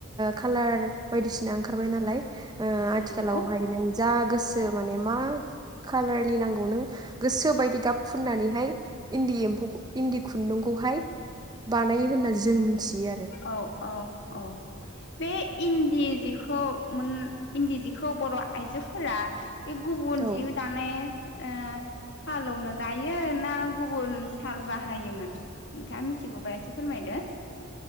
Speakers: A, on the right (about 20°); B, on the left (about 55°).
A: खालार बायदिसिना ओंखारबाय नालाय ओ
B: औ
A: आथिखालावहाय
B: नंगौ
A: नों जा गोसो माने मा कालारनि नांगौ नों गोसो बायदि गाब निहाय इन्दि एम्फौ इन्दि खुन्दुंखौहाय बानायो होनना जों मिथियो आरो
B: औ औ औ बे इन्दि जिखौ मोन इन्दि जिखौ बर' आइजोफोरा इ गुबुन
A: औ
B: जियो दानाय ओ हालावनो दायो ना गुबुन साल बाहायोमोन? नोंथाङा मिथिगौबा एसे फोरमायदो।